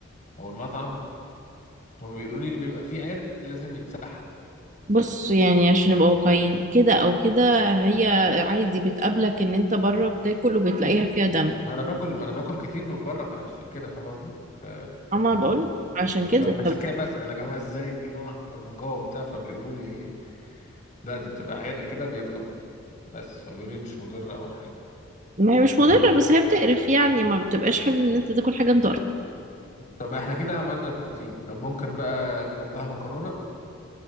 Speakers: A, on the left (about 35°); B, on the right (about 35°).
A: او المطعم هم بيقولوا لي ان بيبقى فيه عرق لازم يتسحب
B: بص يعني عشان نبقى واقعيين كده او كده هي عادي بتقابلك ان انت بره بتاكل وبتلاقيها فيها دم
A: ما انا باكل ما انا باكل كتير من بره فعشان كده فاهم قصدي ف...
B: اما بقول عشان كده
A: فعشان
B: طب
A: كده بسأل يا جماعه ازاي دي لون احمر من جوه وبتاع فبيقولوا لي لا دي بتبقى عرق كده بيضرب بس فبيقولوا لي مش مضره او حاجه
B: ما هي مش مضره بس هي بتقرف يعني ما بتبقاش حابب ان انت تاكل حاجه انت قرف
A: طب احنا كده عملنا بروتين طب ممكن بقى جنبها مكرونة